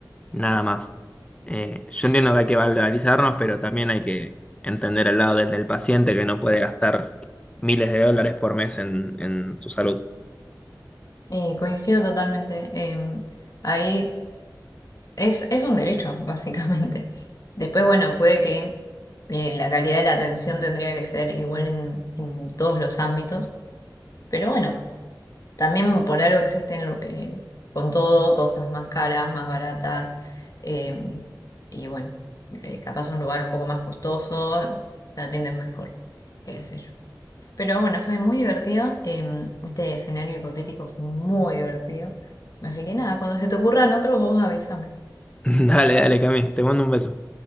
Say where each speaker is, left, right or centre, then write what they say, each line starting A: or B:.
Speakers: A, on the left (about 15°); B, on the left (about 50°).
A: nada más. Eh, yo entiendo que hay que valorizarnos, pero también hay que entender el lado del, del paciente que no puede gastar miles de dólares por mes en en su salud.
B: Y coincido totalmente. em, ahí. Es, es un derecho, básicamente. Después, bueno, puede que eh, la calidad de la atención tendría que ser igual en, en todos los ámbitos, pero bueno, también por algo existen lu- eh, con todo cosas más caras, más baratas, eh, y bueno, eh, capaz un lugar un poco más costoso, te atienden mejor, qué sé yo. Pero bueno, fue muy divertido, eh, este escenario hipotético fue muy divertido, así que nada, cuando se te ocurran otros, vos avísame.
A: <laughs> Dale, dale, Cami, te mando un beso.